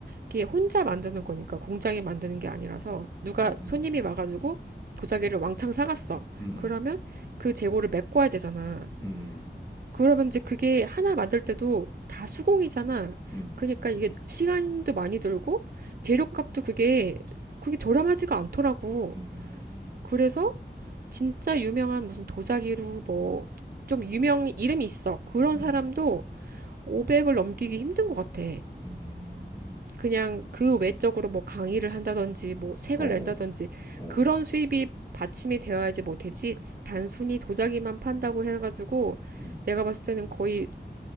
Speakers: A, on the right; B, on the left.
A: 그게 혼자 만드는 거니까 공장에 만드는 게 아니라서 누가
B: 음, 음,
A: 손님이 와가지고 도자기를 왕창 사갔어.
B: 음,
A: 그러면 그 재고를 메꿔야 되잖아.
B: 음,
A: 그러면 이제 그게 하나 만들 때도 다 수공이잖아.
B: 음,
A: 그러니까 이게 시간도 많이 들고 재료값도 그게 그게 저렴하지가 않더라고.
B: 음,
A: 그래서 진짜 유명한 무슨 도자기로 뭐 좀 유명 이름이 있어. 그런
B: 음,
A: 사람도 500을 넘기기 힘든 것 같아.
B: 음, 음.
A: 그냥 그 외적으로 뭐 강의를 한다든지 뭐 책을
B: 어, 어.
A: 낸다든지
B: 어.
A: 그런 수입이 받침이 되어야지 못하지 단순히 도자기만 판다고 해가지고
B: 음,
A: 내가 봤을 때는 거의